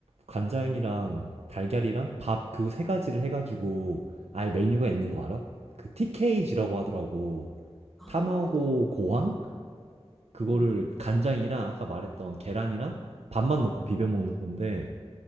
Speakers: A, on the right; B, in the centre.
A: 간장이랑 달걀이랑 밥 그 세 가지를 해가지고 아예 메뉴가 있는 거 알아? 그 TKG라고 하더라고.
B: 아,
A: 타마고 고항? 그거를
B: 응,
A: 간장이랑 아까 말했던 계란이랑 밥만
B: 응.
A: 넣고 비벼 먹는 건데